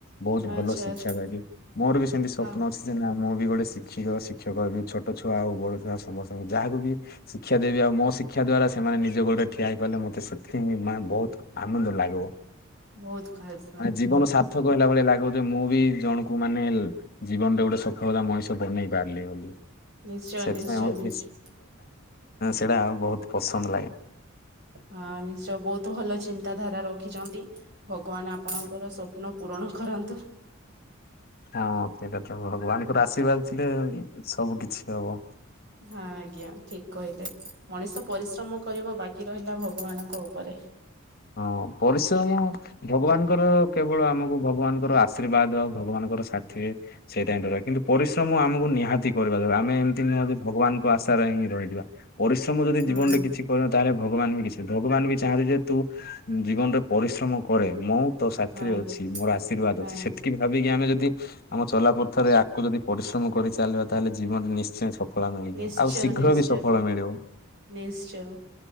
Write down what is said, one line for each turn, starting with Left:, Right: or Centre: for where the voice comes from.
Left: ବହୁତ
Right: ଆଚ୍ଛା
Left: ଭଲ ଶିକ୍ଷା
Right: ଆଚ୍ଛା
Left: ପାଇି ମୋର ବି ସେମିତି ସ୍ୱପ୍ନ
Right: ହଁ
Left: ଅଛି। ଯେ ନା ମୁଁ ବି ଗୋଟେ ଶିକ୍ଷକ ଶିକ୍ଷକି ଛୋଟ ଛୁଆ ଆଉ ବଡ ଛୁଆ ସମସ୍ତଙ୍କୁ ଯାହାକୁ ବି ଶିକ୍ଷା ଦେବି ଆଉ ମୋ ଶିକ୍ଷା ଦ୍ଵାରା ସେମାନେ ନିଜ ଗୋଡରେ ଠିଆ ହେଇପାରଲେ ମତେ ସେଥିକି ହିଁ ମାନେ ବହୁତ ଆନନ୍ଦ ଲାଗିବ।
Right: ବହୁତ ଖାସ।
Left: ଜୀବନ ସାର୍ଥକ ହେଲା ଭଳିଆ ଲାଗ ମୁଁ ବି ଜଣକୁ ମାନେ ଜୀବନରେ ଗୋଟେ ସଫଳତା ମଣିଷ ବନେଇ ପାରିଲି ବୋଲି
Right: ନିଶ୍ଚୟ
Left: ସେଥିପାଇଁ
Right: ନିଶ୍ଚୟ
Left: ଆମର
Right: ନିଶ୍ଚୟ
Left: ସେଇଟା ବହୁତ ପସନ୍ଦ ଲାଗେ।
Right: ହଁ ନିଶ୍ଚୟ ବହୁତ ଭଲ ଚିନ୍ ଚିତା ଧାରା ରଖିଛନ୍ତି ଭଗବାନ ଆପଣଙ୍କର ସ୍ୱପ୍ନ ପୂରଣ କରନ୍ତୁ।
Left: ହଁ ସେଇଟା ତ ଭଗବାନଙ୍କର ଆଶୀର୍ବାଦ ଥିଲେ ସବୁ କିଛି ହବ।
Right: ହଁ ଆଜ୍ଞା ଠିକ କହିଲେ ମଣିଷ ପରିଶ୍ରମ କରିବ ବାକି ରହିଲା ଭଗବାନଙ୍କ ଉପରେ
Left: ହଁ ପରିଶ୍ରମ ଭଗବାନଙ୍କର କେବଳ ଆମକୁ ଭଗବାନଙ୍କର ଆଶୀର୍ବାଦ ଭଗବାନଙ୍କର ସାଥିରେ ସେଇଟାଇ ଦରକାର କିନ୍ତୁ ପରିଶ୍ରମ ଆମକୁ ନିହାତି କରିବା ଦରକାର ଆମେ ଏମିତି ନିହାତି ଭଗବାନଙ୍କ ଆଶାରେ ହିଁ। ରହିଯିବା ପରିଶ୍ରମ ଯଦି
Right: ହୁଁ
Left: ଜୀବନରେ କିଛି କରିନ ତାହେଲେ ଭଗବାନ ବି କିଛି ଭଗବାନ ବି ଚାହାଁନ୍ତି ଯେ ତୁ ଜୀବନରେ ପରିଶ୍ରମ କରେ ମୁଁ ତ ସାଥିରେ
Right: ହଁ ଆଜ୍ଞା
Left: ଅଛି ମୋର ଆଶୀର୍ବାଦ
Right: ଆ
Left: ଅଛି ସେତିକି ଭାବିକି ଆମେ ଯଦି ଆମ ଚଲାପଥରେ ଆଗକୁ ଯଦି ପରିଶ୍ରମ କରି ଚାଲିବା ତାହେଲେ ଜୀବନରେ ନିଶ୍ଚୟ। ସଫଳ ମିଳିଯିବ
Right: ନିଶ୍ଚୟ
Left: ଆଉ ଶୀଘ୍ର
Right: ନିଶ୍ଚୟ
Left: ବି ସଫଳ ମିଳିବ।
Right: ନିଶ୍ଚୟ